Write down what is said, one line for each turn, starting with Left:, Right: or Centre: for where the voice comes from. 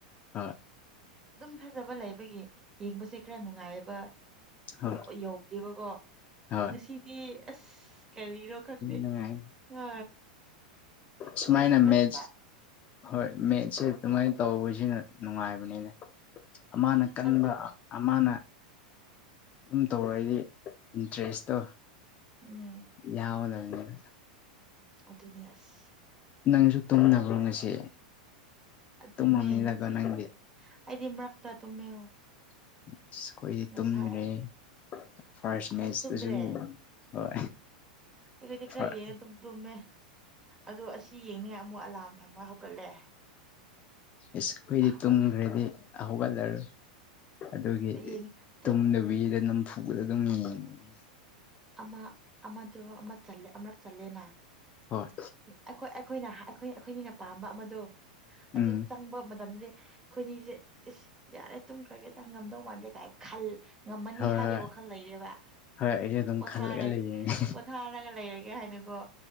Left: ꯍꯣꯏ
Right: ꯑꯗꯨꯝ ꯊꯥꯖꯕ ꯂꯩꯕꯒꯤ ꯌꯦꯡꯕꯁꯦ ꯈꯔ ꯅꯨꯡꯉꯥꯏꯌꯦꯕ
Left: ꯍꯣꯏ
Right: ꯌꯧꯗꯦꯕꯀꯣ
Left: ꯍꯣꯏ
Right: ꯉꯁꯤꯗꯤ ꯀꯔꯤꯅꯣ ꯈꯪꯗꯦ
Left: ꯅꯨꯡꯉꯥꯏ
Right: ꯑ
Left: ꯁꯨꯃꯥꯏꯅ
Right: ꯃꯣꯏꯁꯨ ꯀꯟꯕ
Left: ꯃꯦꯠꯆ ꯍꯣꯏ ꯃꯦꯠꯁꯦ ꯑꯗꯨꯃꯥꯏꯅ ꯇꯧꯕꯁꯤꯅ ꯅꯨꯡꯉꯥꯏꯕꯅꯤꯅ ꯑꯃꯅ ꯀꯟꯕ
Right: ꯑꯁ
Left: ꯑꯃꯅ ꯑꯗꯨꯝ ꯇꯧꯔꯛꯏꯗꯤ ꯏꯟꯇꯔꯦꯁꯇꯣ
Right: ꯎꯝ
Left: ꯌꯥꯎꯒꯗꯕꯅꯤ ꯎꯝ
Right: ꯑꯗꯨ ꯑꯗꯨꯅꯌꯥꯁ
Left: ꯅꯪꯁꯨ ꯇꯨꯝꯅꯕ꯭ꯔꯣ ꯉꯁꯤ
Right: ꯑꯗꯨꯅꯦ
Left: ꯇꯨꯝꯃꯝꯅꯤꯗꯀꯣ
Right: ꯅꯪꯁꯨ
Left: ꯅꯪꯗꯤ
Right: ꯑꯩꯗꯤ ꯃꯔꯛꯇ ꯇꯨꯝꯃꯦ
Left: ꯑ ꯑꯩꯈꯣꯏꯗꯤ
Right: ꯉꯁꯥꯏ
Left: ꯇꯨꯝꯗ꯭ꯔꯦ ꯐꯥꯔ
Right: ꯑꯃꯁꯨ
Left: ꯃꯦꯆ
Right: ꯇꯨꯝꯗ꯭ꯔꯦ
Left: ꯇꯁꯨ ꯍꯣꯏ
Right: ꯑꯩꯈꯣꯏꯗꯤ ꯈꯔ
Left: ꯐꯥꯔ
Right: ꯌꯦꯡꯉ ꯑꯗꯨꯝ ꯇꯨꯝꯃꯦ ꯑꯗꯣ ꯑꯁꯤ ꯌꯦꯡꯅꯤꯡꯉ ꯑꯃꯨꯛ ꯑꯂꯥꯔꯝ ꯊꯝꯃ ꯍꯧꯒꯠꯂꯦ
Left: ꯏꯁ ꯑꯩꯈꯣꯏꯗꯤ
Right: ꯍꯧꯒꯠꯂꯦ
Left: ꯇꯨꯝꯈ꯭ꯔꯗꯤ ꯍꯧꯒꯠꯂꯔꯣꯏ ꯑꯗꯨꯒꯤ
Right: ꯌꯦꯡꯉꯤ ꯑꯗꯨ
Left: ꯇꯨꯝꯗꯕꯤꯗ ꯅꯝꯐꯨꯕꯗ ꯑꯗꯨꯝ ꯌꯦꯟꯅꯤꯡꯉꯤ
Right: ꯑꯃ ꯑꯃꯗ ꯑꯃ ꯆꯦ ꯑꯃꯨꯔꯛ ꯆꯜꯂꯦꯅ
Left: ꯍꯣꯏ
Right: ꯑꯩꯈꯣꯏ ꯑꯩꯈꯣꯏꯅ ꯑꯩꯈꯣꯏ ꯑꯩꯈꯣꯏ ꯑꯅꯤꯅ ꯄꯥꯝꯕ ꯑꯃꯗꯣ ꯑꯗꯨ
Left: ꯎꯝ
Right: ꯆꯪꯕ ꯃꯇꯝꯗꯗꯤ ꯑꯩꯈꯣꯏꯅꯤꯁꯦ ꯏꯁ ꯌꯥꯔꯦ ꯇꯨꯝꯈ꯭ꯔꯒꯦꯗ ꯉꯝꯗꯧ ꯃꯥꯟꯗꯦ ꯀꯥꯏꯅ ꯈꯜ ꯉꯝꯃꯅꯤ
Left: ꯍꯣꯏ
Right: ꯍꯥꯏꯕꯒꯤ
Left: ꯍꯣꯏ
Right: ꯋꯥꯈꯜ ꯂꯩꯔꯦꯕ
Left: ꯍꯣꯏ ꯑꯩꯁꯨ ꯑꯗꯨꯝ
Right: ꯄꯣꯊꯥꯔꯒꯦ
Left: ꯈꯜꯂꯒ ꯂꯩꯌꯦꯅꯦ
Right: ꯄꯣꯊꯥꯔꯒ ꯂꯩꯔꯒꯦ ꯍꯥꯏꯅꯀꯣ